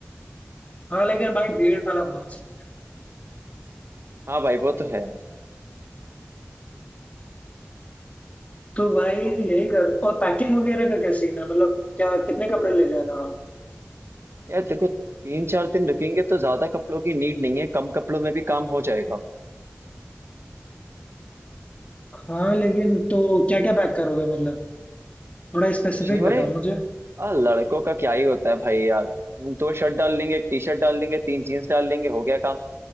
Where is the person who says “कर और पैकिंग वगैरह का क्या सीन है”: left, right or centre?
Left